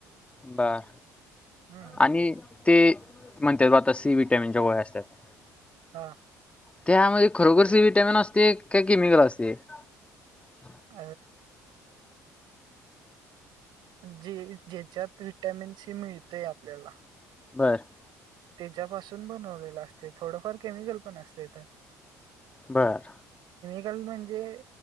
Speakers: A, on the right (about 65°); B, on the left (about 15°).
A: <inaudible>
B: बर
A: हम्म, <inaudible>
B: आणि ते <inaudible> म्हणतात आता सी विटॅमिनच्या गोळ्या असतात. <inaudible>
A: <inaudible> हा- <inaudible>
B: त्यामध्ये खरोखरचे वि्हटॅमिन असते का केमिकल असते. <inaudible>
A: <unintelligible> <inaudible> जे ज्याच्यात विटॅमिन सी मिळतेय आपल्याला, <inaudible>
B: बर, <inaudible>
A: तेच्यापासून बनवलेलं असतय, थोडंफार केमिकल पण असतय त्यात.
B: बर.
A: कल म्हणजे